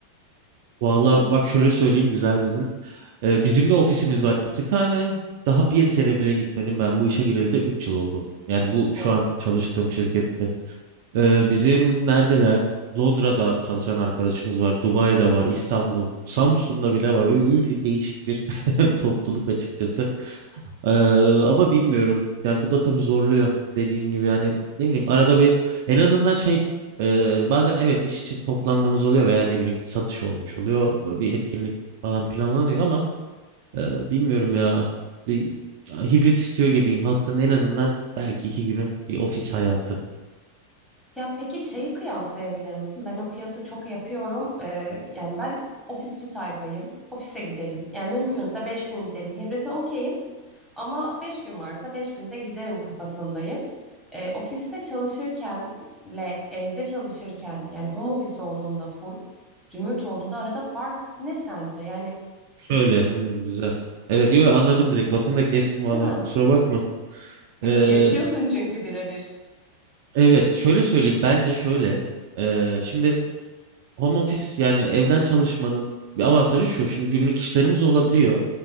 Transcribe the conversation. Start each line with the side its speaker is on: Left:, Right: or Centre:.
Right: Valla bak şöyle söyleyeyim güzel dedin. Ee, bizim de ofisimiz var iki tane. Daha bir kere bile gitmedim ben bu işe gireli de 3 yıl oldu. Yani bu şu
Centre: Oo.
Right: an çalıştığım şirkette. Ee, bizim neredeler? Londra'da çalışan arkadaşımız var, Dubai'de var, İstanbul, Samsun'da bile var. Ö- Öyle değişik bir <laughs> topluluk açıkçası. Ee, ama bilmiyorum. Yani bu da tabii zorluyor dediğin gibi. Yani ne bileyim arada bir en azından şey e, bazen evet iş için toplandığımız oluyor veya ne bileyim bir satış olmuş oluyor, bir etkinlik falan planlanıyor ama ee, bilmiyorum ya. Bir hibrit istiyor gibiyim. Haftanın en azından belki iki günü bir ofis hayatı.
Centre: Ya peki şeyi kıyaslayabilir misin? Ben o kıyası çok yapıyorum. Ee, yani ben ofisçi tayfayım. Ofise gidelim. Yani mümkünse beş gün gidelim. Hibrite okeyim ama 5 gün varsa 5 günde giderim kafasındayım. Ee, ofiste çalışırkenle evde çalışırken yani home office olduğunda full, remote olduğunda arada fark ne sence? Yani
Right: Şöyle. Hmm, güzel. Evet, yo, anladım direkt. Lafını da kestim valla.
Centre: değil mi?
Right: Kusura bakma. Ee,
Centre: Yaşıyorsun çünkü birebir.
Right: evet, şöyle söyleyeyim. Bence şöyle. Ee, şimdi home office yani evden çalışmanın bir avantajı şu. Şimdi günlük işlerimiz olabiliyor.